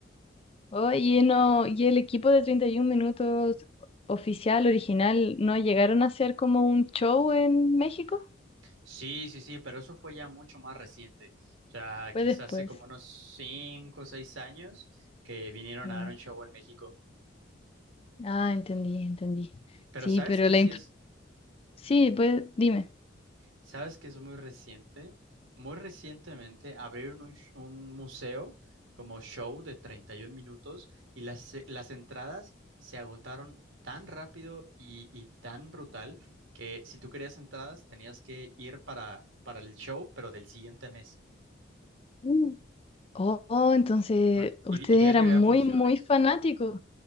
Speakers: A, on the left; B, on the right.
A: Oye, no, y el equipo de 31 minutos oficial, original, ¿no llegaron a hacer como un show en México?
B: Sí, sí, sí, pero eso fue ya mucho más reciente. O sea,
A: Fue
B: quizás
A: después.
B: hace como unos cinco o seis años que vinieron
A: Mm.
B: a dar un show en México.
A: Ah, entendí, entendí.
B: Pero
A: Sí,
B: ¿sabes
A: pero
B: qué
A: la...
B: sí
A: inf-
B: es?
A: Sí, pues dime.
B: ¿Sabes que es muy reciente? Muy recientemente abrieron un, sh- un museo como show de 31 minutos y las, e- las entradas se agotaron tan rápido y, y tan brutal que si tú querías entradas tenías que ir para, para el show, pero del siguiente mes.
A: Mm. Oh, oh, entonces
B: Ah,
A: ustedes
B: Y, y diario
A: eran
B: había
A: muy,
B: funciones.
A: muy fanáticos.